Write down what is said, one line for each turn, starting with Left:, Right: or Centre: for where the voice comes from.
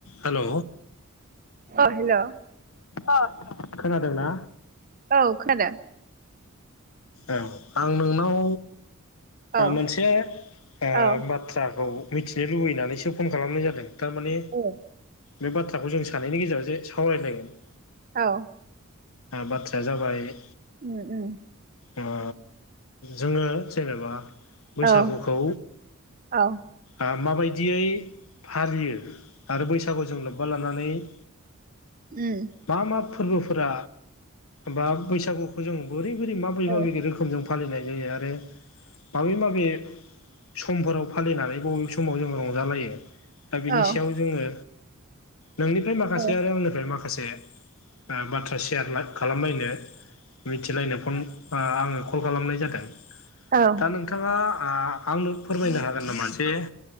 Left: हेल?
Right: अ हेल
Left: ओ‌ खोनादों ना?
Right: औ खोनादों?
Left: औ आं नोंनाव
Right: औ
Left: मोनसे आ
Right: औ
Left: बाथ्राखौ मिथिनो लुबैनानैसो फन खालामनाय जादों? थारमानि
Right: औ
Left: बे बाथ्राखौ जों सानैनि गेजेराव जे सावरायलायगोन।
Right: औ।
Left: बाथ्राया जाबाय
Right: उम उम।
Left: ओ जोङो जेनेबा बैसागुखौ
Right: औ औ
Left: आ माबायदियै फालियो आरो बैसागुजों लोब्बा लानानै <inaudible>
Right: उम
Left: मा मा फोरबोफोरा बा बैसागुखौ जों बोरै बोरै माबोरै
Right: औ
Left: माबोरै? रोखोमजों फालिनाय जायो आरो माबे माबे समफोराव फालिनानै बबे समाव जों रंजालायो दा बिनि
Right: औ
Left: सायाव जोङो नोंनिफ्राय माखासे
Right: औ
Left: आरो आंनिफ्राय माखासे बाथ्रा सेयार खालामलायनो मिथिलायनो फन ओ आङो कल खालामनाय जादों।
Right: औ
Left: दा नोंथाङा आ आंनो फोरमायनो हागोन नामा जे?